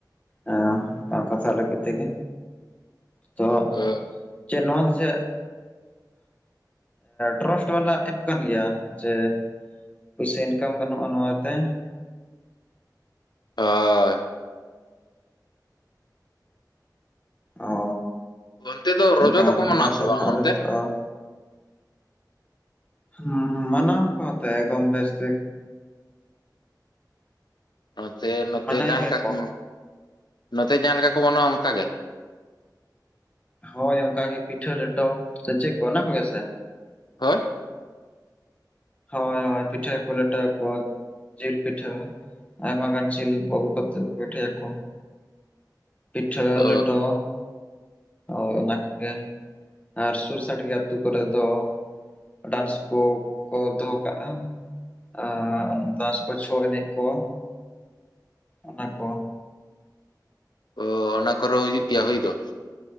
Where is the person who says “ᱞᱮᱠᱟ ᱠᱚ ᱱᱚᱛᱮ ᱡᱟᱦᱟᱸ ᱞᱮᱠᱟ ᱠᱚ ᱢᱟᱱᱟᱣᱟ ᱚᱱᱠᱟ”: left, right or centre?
Left